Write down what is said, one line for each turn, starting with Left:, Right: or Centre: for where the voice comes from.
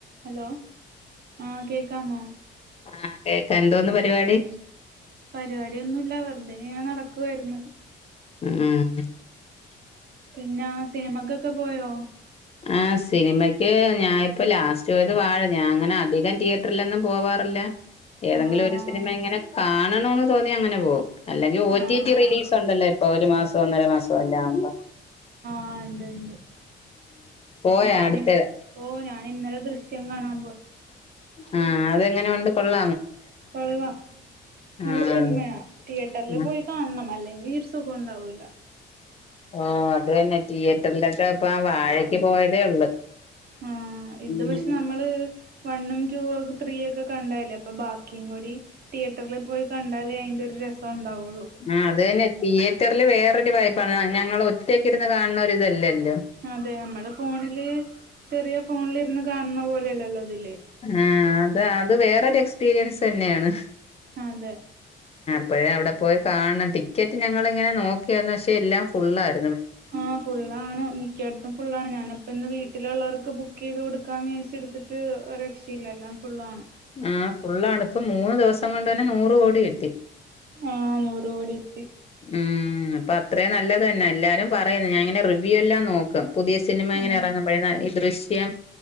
Right: Hello ആഹ് കേക്കാമോ
Left: ആഹ് കേക്കാ എന്തോന്ന് പരിപാടി
Right: പരിപാടിയൊന്നൂല്ല വെറുതെ നടക്കുവായിരുന്നു.
Left: ഉം
Right: പിന്നാ സിനിമക്കൊക്കെ പോയോ?
Left: ആ സിനിമയ്ക്ക് ഞാനിപ്പോ ലാസ്റ്റ് പോയത് വാഴ ഞാൻ അങ്ങനെ അധികം തിയറ്ററിലൊന്നും പോവാറില്ല ഏതെങ്കിലും
Right: ആഹ്
Left: ഒരു സിനിമ ഇങ്ങനെ കാണണോന്ന് തോന്നി അങ്ങനെ പോകും അല്ലെങ്കി ഓ
Right: ആഹ്
Left: ടി ടി റിലീസ് ഉണ്ടല്ലോ ഇപ്പൊ ഒരു മാസം ഒന്നര മാസോ അല്ലാം ആകുമ്പോ
Right: ആഹ് ഇണ്ട് ഇണ്ട്
Left: പോയാ
Right: ഞാനിപ്പോ
Left: അടുത്തത്
Right: ഞാൻ ഇന്നലെ ദൃശ്യം കാണാ
Left: ആ അതെങ്ങനെ ഉണ്ട് കൊള്ള
Right: കൊള്ളാം നല്ല
Left: ആഹ്
Right: സിനിമയ തിയേറ്ററിൽ
Left: ആഹ്
Right: പോയി കാണണം അല്ലെങ്കിൽ സുഗോണ്ടാക്കൂല്ല
Left: ഓ അത് തന്നെ തിയറ്ററിലൊക്കെ ഇപ്പ ആ വാഴക്ക് പോയതേ ഉള്ളു
Right: ആഹ് ഇത്
Left: ഉം
Right: പക്ഷെ നമ്മള് വണ്ണും ടൂ ഒക്കെ ത്രീ ഒക്കെ കണ്ടതല്ലേ അപ്പൊ ബാക്കീം കൂടി തിയേറ്ററിൽ പോയി കണ്ടാലേ അതിന്റെ രസു ഉണ്ടാവും.
Left: ആ അത് തന്നെ തിയേറ്ററിില് വേറൊരു വൈബാണ് ഞങ്ങൾ ഒറ്റയ്ക്കിരുന്ന് കാണുണൊരുരിതല്ലല്ലോ
Right: അതെ നമ്മള് ഫോണില് ചെറിയ ഫോണിലിരുന്ന് കാണുന്ന പോലെയല്ലല്ലോ ഇത്
Left: ആ അത അത് വേറൊരു എക്സ്പീരിയൻസ് തന്നെയാണ്
Right: അതെ
Left: അപ്പോഴ അവിടെ പോയി കാണണം ടിക്കറ്റ് ഞങ്ങളിങ്ങനെ നോക്കിയാരുന്നു പക്ഷെ എല്ലാം ഫുള്ളായി
Right: ആഹ് ഫുള്ളാണ് മിക്കടത്തും ഫുള്ളാണ് ഞാനപ്പ ഇന്ന് വീട്ടിലുള്ളവർക്ക് ബുക്കീത് കൊടുക്കാന്ന് വിചാരിച്ചിടിത്തിട്ട് ഒരു രക്ഷീല്ല എല്ലാം ഫുള്ളാണ്
Left: ആഹ് ഫുള്ളാണ് ഇപ്പൊ മൂന്ന് ദിവസം കൊണ്ട് തന്നെ നൂറ് കോടി കിട്ടി
Right: ആഹ് നൂറ് കോടിട്ടി
Left: ഉം ഉം അപ്പൊ അത്രേം നല്ലത് തന്നെ എല്ലാരും പറയുന്ന് ഞാനിങ്ങനെ റിവ്യൂ എല്ലാം നോക്കും പുതിയ സിനിമ ഇങ്ങനെ
Right: ആഹ്
Left: ഇറങ്ങുമ്പോഴേ ഈ ദൃശ്യം